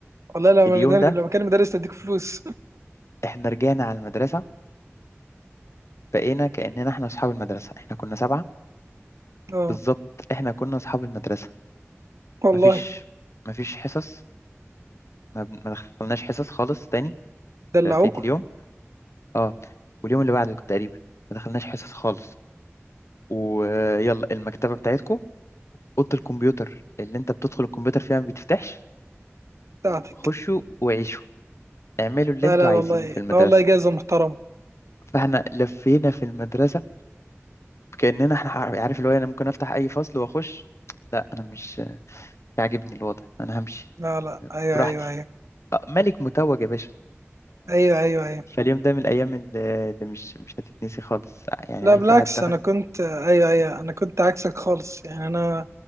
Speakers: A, on the right; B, on the left.
A: والله لو
B: اليوم
A: انا در-
B: ده
A: لو كان مدرس تديك فلوس
B: احنا رجعنا على المدرسة بقينا كأننا احنا اصحاب المدرسة احنا كنا سبعة
A: <laughs> اه
B: بالظبط احنا كنا اصحاب المدرسة
A: والله
B: مفيش مفيش حصص ما, بن- ما دخلناش حصص خالص تاني
A: دلعوك
B: بقية اليوم اه واليوم اللي بعده تقريبا ما دخلناش حصص خالص ويلا المكتبة بتاعتكم اوضه الكمبيوتر اللي انت بتدخل الكمبيوتر فيها ما بتفتحش
A: بتاعتك
B: خشوا وعيشوا اعملوا اللي
A: لا
B: انتوا
A: لا لا والله
B: عايزينه في المدرسه
A: لا والله جايزه محترمه
B: فاحنا لفينا في المدرسه كاننا احنا عارف عارف اللي هو انا ممكن افتح اي فصل واخش لا انا مش مش عاجبني الوضع انا همشي
A: لا لا ايوه
B: براحتي
A: ايوه ايوه
B: آه، ملك متوج يا باشا
A: ايوه ايوه ايوه
B: فاليوم ده من الايام اللي اللي مش مش هتتنسي خالص يعني
A: لا
B: عارف
A: بالعكس
B: الواحد دخل
A: انا كنت ايوه ايوه انا كنت عكسك خالص يعني انا